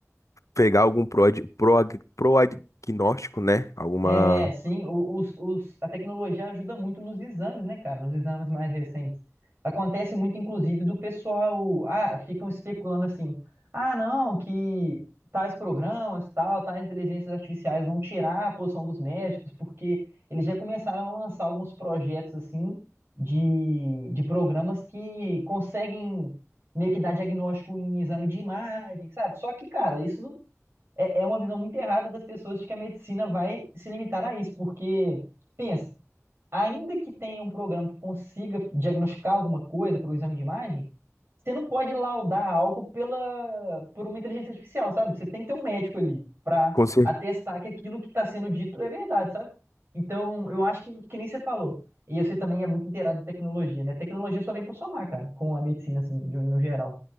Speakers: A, on the left (about 75°); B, on the right (about 50°).
A: pegar algum prog, prog, proagnóstico, né, alguma
B: É, sim, o- os, os, a tecnologia ajuda muito nos exames, né, cara? Nos exames mais recentes. Acontece muito, inclusive, do pessoal. Ah, ficam especulando assim. Ah, não, que tais programas, tal, tais inteligências artificiais vão tirar a posição dos médicos, porque eles já começaram a lançar alguns projetos, assim, de, de programas que conseguem meio que dar diagnóstico em exame de imagem, sabe? Só que, cara, isso. é, é uma visão muito errada das pessoas de que a medicina vai se limitar a isso, porque, pensa, ainda que tenha um programa que consiga diagnosticar alguma coisa para o exame de imagem, você não pode laudar algo pela, por uma inteligência artificial, sabe? Você tem que ter um médico ali para
A: com cer-
B: atestar que aquilo que está sendo dito é verdade, sabe? Então, eu acho que, que nem você falou. E você também é muito inteirado em tecnologia, né? Tecnologia só vem para somar, cara, com a medicina, assim, de- um, no geral.